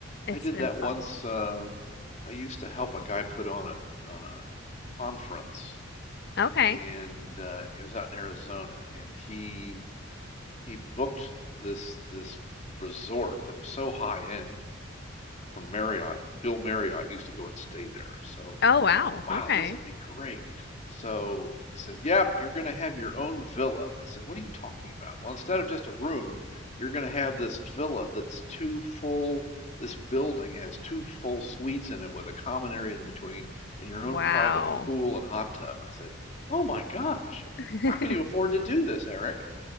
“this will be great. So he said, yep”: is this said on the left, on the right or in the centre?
Left